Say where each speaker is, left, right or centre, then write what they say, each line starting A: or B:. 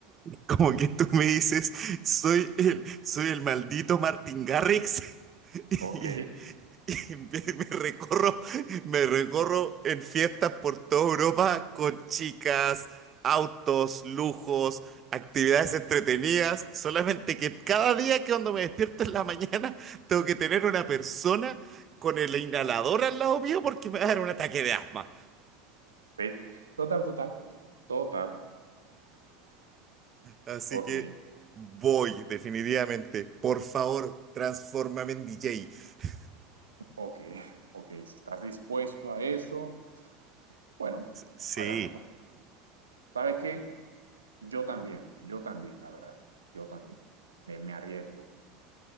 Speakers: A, on the right; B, on the right.
A: Como que tú me dices, soy el, soy el maldito Martin Garrix <laughs>
B: ok,
A: Y, y me, me recorro, me recorro en fiestas por toda Europa con chicas, autos, lujos, actividades entretenidas. Solamente que cada día que cuando me despierto en la mañana tengo que tener una persona con el inhalador al lado mío porque me va a dar un ataque de asma.
B: <laughs> sí, total, total, total,
A: Así
B: ok,
A: que voy, definitivamente. Por favor, transfórmame en DJ.
B: ok, <laughs> ok, si estás dispuesto a eso, bueno,
A: Sí.
B: hagámoslo. ¿Sabes qué? Yo también, yo también, la verdad, yo también. Me, me arriesgo,